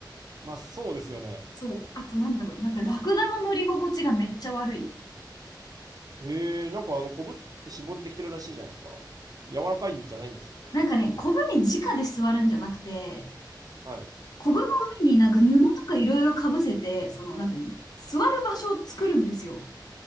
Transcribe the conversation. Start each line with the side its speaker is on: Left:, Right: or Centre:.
Right: まあ、そうですよね。
Left: そう。あとなんだろう。なんかラクダの乗り心地がめっちゃ悪い。
Right: えー、なんかあの、コブって脂肪でできてるらしいじゃないですか。柔らかいんじゃないんですね。
Left: なんかね、コブに直で座るんじゃなくて、
Right: はい。
Left: コブの上になんか布とかいろいろかぶせて、その、なんていうの、座る場所を作るんですよ。